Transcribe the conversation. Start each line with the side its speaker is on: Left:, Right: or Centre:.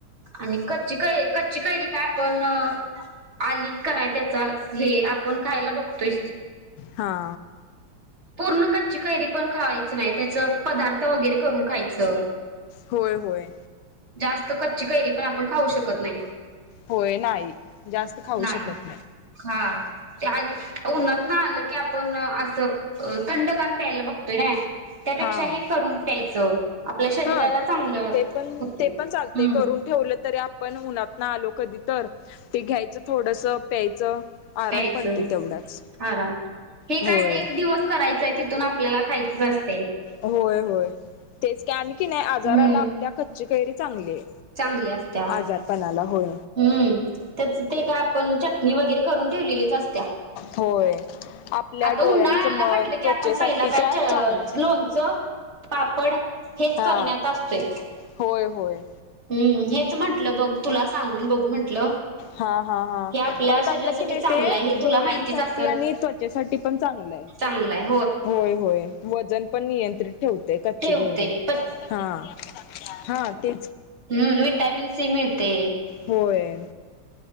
Right: आणि कच्ची कैरी कच्ची कैरी काय आपण आली का नाही त्याचा कोण खायला बघतोय.
Left: हा.
Right: पूर्ण कच्ची कैरी पण खावायच नाही त्याच पदार्थ वगैरे करून खायचं
Left: होय होय
Right: जास्त कच्ची कैरी पण आपण खाऊ शकत नाही
Left: होय नाही जास्त खाऊ
Right: नाही
Left: शकत
Right: हा आणि उन्हात ना आलं की आपण <inaudible> अ थंडगार प्यायला बघतोय ना. त्यापेक्षा
Left: हा
Right: हे करून प्यायचं आपल्या शरीराला
Left: हा
Right: चांगलं
Left: ते पण
Right: होते
Left: ते पण चालते
Right: ह.
Left: करून ठेवलं तरी आपण उन्हातना आलो कधी तर ते घ्यायचं थोडस प्यायचं आराम
Right: यायचं
Left: पडते तेवढाच
Right: आराम. हे
Left: होय
Right: काय एक दिवस करायचंय तिथून आपल्याला खायचं असत
Left: होय. होय. तेच कि आणि की नाही, आजाराला
Right: हम्म
Left: आपल्या कच्ची कैरी चांगलीए.
Right: चांगली असत्या
Left: आजार पणात होय.
Right: हम्म. त्याच ते काय आपण चटणी वगैरे करून ठेवलेलीच असत्या.
Left: होय आपल्या
Right: आता
Left: डोळ्यांचं
Right: उन्हाळा आला
Left: मन,
Right: म्हटलं की
Left: त्वचेसाठी
Right: आपण पहिला काय
Left: त्या
Right: च
Left: चांगल्या
Right: लोणचं, पापड हेच
Left: हा
Right: करण्यात असतोय.
Left: होय होय
Right: हम्म. हेच म्हंटलं बघ तुला सांगून बघू म्हंटलं
Left: हा. हा. हा.
Right: हे
Left: परत
Right: शरीरासाठी
Left: आपल्या कि नाही
Right: चांगलं
Left: ते
Right: आहे हे तुला
Left: डोळ्यांसाठी
Right: माहितीच असल
Left: आणि त्वचेसाठी... पण चांगलंय
Right: चांगलं आहे
Left: होय होय. वजन पण नियंत्रित ठेवते कच्ची
Right: ठेवते
Left: कैरी हा. हा. ते
Right: हम् व्हिट्यामीन्स सी मीळते
Left: होय.